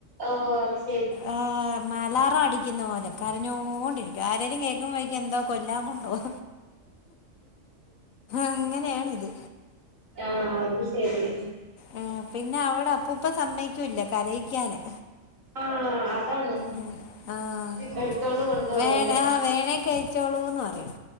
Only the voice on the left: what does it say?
ആഹ്‌ മലാറം അടി കിന്ന പോലെ കരഞ്ഞോണ്ടിരിക്കും. ആരേലും കേക്കുമ്പയ് ക്കും എന്താ കൊല്ലാം കൊണ്ടോവാ. അങ്ങനെയാണിത്
ആ പിന്നെ അവടെ അപ്പുപ്പൻ സമ്മയ്ക്കുല്ല കരയിക്കാന്.
ഉം ആഹ്
വേണേ
ആഹ് വേണേ കഴിച്ചോളൂന്ന് പറയും